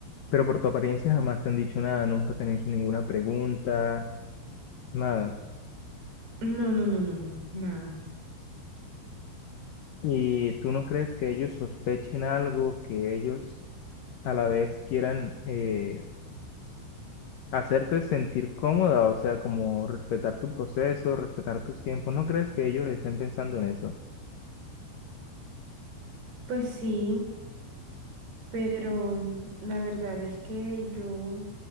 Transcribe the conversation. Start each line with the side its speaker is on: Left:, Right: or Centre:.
Left: Pero por tu apariencia jamás te han dicho nada, nunca te han hecho ninguna pregunta, nada.
Right: No, no, no, no, no, nada.
Left: ¿Y tú no crees que ellos sospechen algo, que ellos a la vez quieran eh, hacerte sentir cómoda, o sea, como respetar tu proceso, respetar tus tiempos. ¿No crees que ellos estén pensando en eso?
Right: Pues sí, pero la verdad es que yo